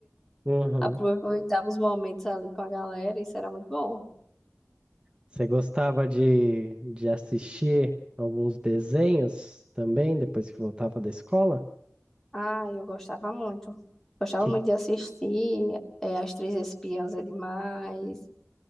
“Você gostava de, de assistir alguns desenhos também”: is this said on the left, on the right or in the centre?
Right